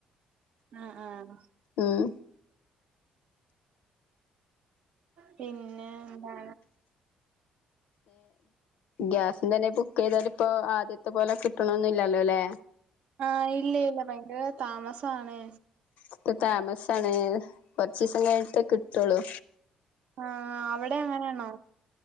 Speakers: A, on the right; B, on the left.
A: ആഹ് ആഹ്
B: ഉം
A: പിന്നെ എന്താ
B: ഗ്യാസ് തന്നെ ബുക്ക് ചെയ്തൽ ഇപ്പോ ആദ്യത്തെ പോലെ കിട്ടണൊന്നില്ലല്ലോ അല്ലേ?
A: ആഹ് ഇല്ല ഇല്ല ഭയങ്കര താമസണ്.
B: ഇപ്പ താമസ ആണ് കൊറച്ച് ദിസം കഴിഞ്ഞിട്ടേ കിട്ടുള്ളു.
A: ആഹ് അവിടെ അങ്ങനെയാണോ?